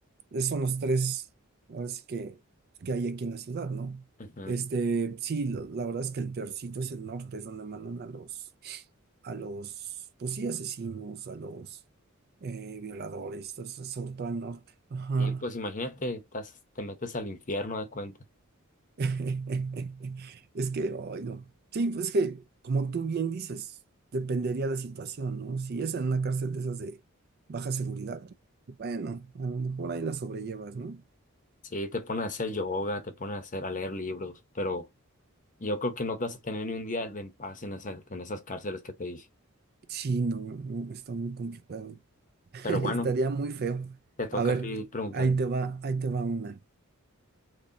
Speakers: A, on the right; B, on the left.
A: Esos son los tres, ahora sí que, que hay aquí en la ciudad, ¿no?
B: ujú.
A: Este, sí, lo- la verdad es que el peorcito es el norte, es donde mandan a los, a los, pues sí, asesinos, a los eh, violadores, entonces, sobre todo al norte. Ajá.
B: Y pues imagínate, estás, te metes al infierno de cuenta.
A: <laughs> Es que, ay, no. Sí, pues es que, como tú bien dices, dependería la situación, ¿no? Si es en una cárcel de esas de baja seguridad, bueno, a lo mejor ahí la sobrellevas, ¿no?
B: Sí, te pones a hacer yoga, te pones a hacer, a leer libros, pero yo creo que no te vas a tener ni un día de en paz en esas, en esas cárceles que te dije.
A: Sí, no, no, está muy complicado. <laughs>
B: Pero
A: Estaría
B: bueno,
A: muy feo.
B: te toca
A: A ver,
B: a ti preguntar.
A: ahí te va, ahí te va una.